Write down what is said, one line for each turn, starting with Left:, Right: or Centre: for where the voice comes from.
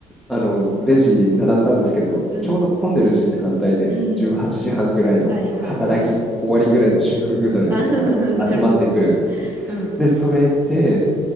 Centre: あの、レジ並んだんですけど、
Right: うん。
Centre: ちょうど混んでる時間帯で18時半ぐらいの働き終わりぐらいの主婦ぐらいが集まってくる。
Right: うん。はいはいはい。あ <laughs> なるほど。うん。
Centre: で、それで、